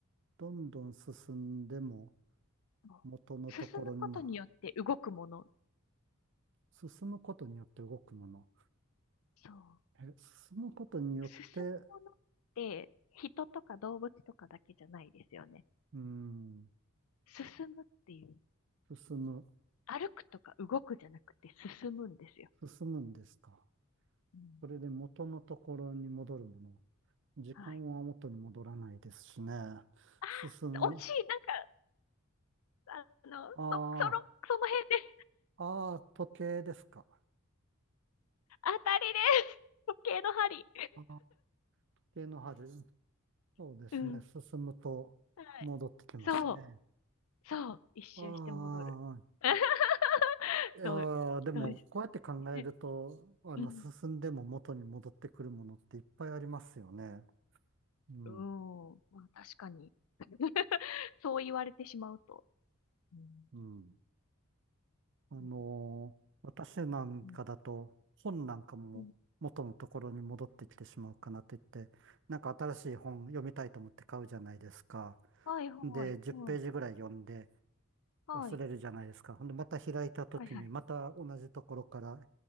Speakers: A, on the right; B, on the left.
A: どんどん進んでも
B: そ
A: 元のところにも、
B: う進むことによって動くもの。
A: 進むことによって動くもの。
B: そう。
A: え、進むことによって、
B: 進むものって人とか動物とかだけじゃないですよね。
A: うーん、
B: 進むっていう。
A: 進む、
B: 歩くとか動くじゃなくて進むんですよ。
A: 進むんですか。
B: うん
A: それで元のところに戻るもの。時間は元に戻らないですしね。
B: はい。あ
A: 進む。
B: ー、惜しい。なんか、あの、そ、
A: あ
B: その、その辺です。
A: あ、ああ、時計ですか。
B: <laughs> 当たりです。時計の針。
A: ああ時計の針。そうですね。
B: <laughs> うん。
A: 進むと戻ってきますね。
B: <laughs> はい。そう。そう、一周して戻る。
A: ああ、
B: <laughs>
A: いやーでも、
B: どう、どうですかね。
A: こうやって考えると、あの、
B: うん。
A: 進んでも元に戻ってくるものっていっぱいありますよね。うん、
B: うん。まあ確かに。<laughs> そう言われてしまうと。うん。
A: うん。あのー私なんかだと本なんかも元のところに戻ってきてしまうかなと言って、
B: うんうんうん
A: なんか新しい本読みたいと思って買うじゃないですか。
B: はいはい。
A: で、10ページぐらい読んで
B: はい。はい。
A: 忘れるじゃないですか。ほんで、また開いた時にまた同じところから、
B: はいはい。